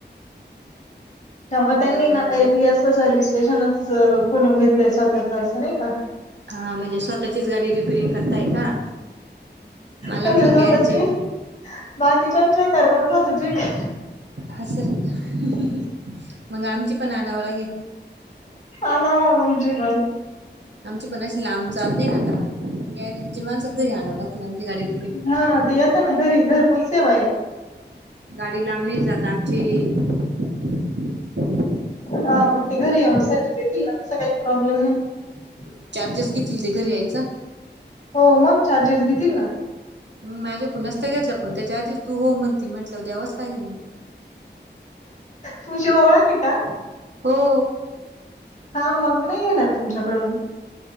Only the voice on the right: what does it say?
बरं
काय.
हा म्हणजे स्वतः चीच गाडी रिपेरिंग करताय का? मला
वाटलं
गॅरेजे
असय. मग आमची पण आणावं लागेल.
आमची पण अशी लांब जात नाही आता. गॅरेजची माणसच घरी आणावं लागतील. आमची गाडी री
गाडी लांब नाही जात आमची. <unintelligible>
चार्जेस घेतील ते घरी यायचा?
माझ्याकून नस्ता घेतला. पण त्याच्या आधीच तू हो म्हणती म्हटल्याव द्यावंच लागेल.
हो.